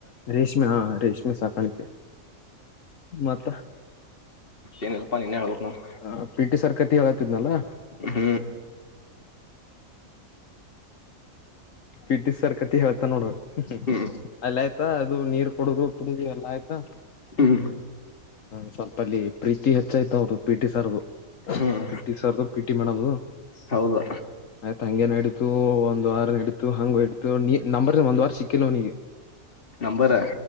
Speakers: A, on the left (about 70°); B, on the left (about 40°).
A: ರೇಷ್ಮೆ ಹಾ ರೇಷ್ಮೆ ಸಾಕಾಣಿಕೆ ಮತ್ತ
B: ಏನಿಲ್ಲ ಪ್ಪಾ ನಿನ್ನೆ ಹೇಳಬೇಕ್ ನೋಡ್
A: ಹ ಪಿಟಿ ಸರ್ ಕಥೆ ಹೇಳತಿದ್ನಲ್ಲಾ.
B: ಹ್ಮ್
A: ಪಿ ಟಿ ಸರ್ ಕಥಿ ಹೇಳತ್ತನ್ ನೋಡ್
B: ಹ್ಮ್
A: ಅಲ್ಲೇ ಆಯ್ತಾ ಅದು ನೀರ್ ಕುಡುದು ಕುಡುದು ಎಲ್ಲಾ ಆಯ್ತಾ.
B: ಹ್ಮ್
A: ಹ್ಮ್ ಸ್ವಲ್ಪ ಅಲ್ಲಿ ಪ್ರೀತಿ ಹೆಚ್ಚಾಯ್ತ ಅವ್ರದು ಪಿಟಿ ಸರ್ ದೂ
B: ಹ್ಮ್
A: ಪಿಟಿ ಸರ್ ದೂ ಪಿ ಟಿ ಮೇಡಮ್ ದು
B: ಹೌದು
A: ಆಯ್ತಾ ಹಂಗೆ ನಡಿಲ್ಲ್ ಓ ಒಂದ್ ವಾರ ಇಡ್ತೀ ಹಂಗೂ ಇಡ್ತು ನೀ ನಂಬರ್ ಒಂದ್ ವಾರ ಸಿಕ್ಕಲ್ಲ ಅವನಿಗೆ
B: ನಂಬರ್